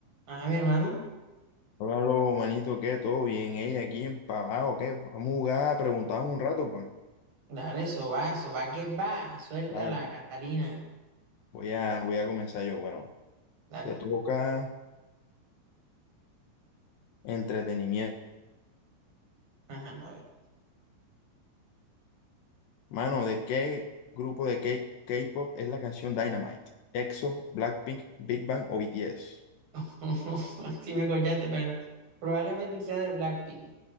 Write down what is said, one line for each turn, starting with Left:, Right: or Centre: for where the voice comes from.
Right: Ah, mi hermano,
Left: Hola, lo manito, ¿qué? ¿Todo bien? Ella aquí en empavado, ¿qué? Vamos a jugar, a preguntar un rato, pues.
Right: dale, eso va, eso va que va. Suéltala,
Left: Dale, pues.
Right: Catalina.
Left: Voy a, voy a comenzar yo. Bueno,
Right: Dale.
Left: te toca entretenimiento.
Right: Ajá, pa' ver.
Left: Mano, ¿de qué grupo de K- K-pop es la canción Dynamite? ¿EXO, Blackpink, Big Bang o BTS?
Right: <laughs> Sí me collaste, pero probablemente sea de Blackpink.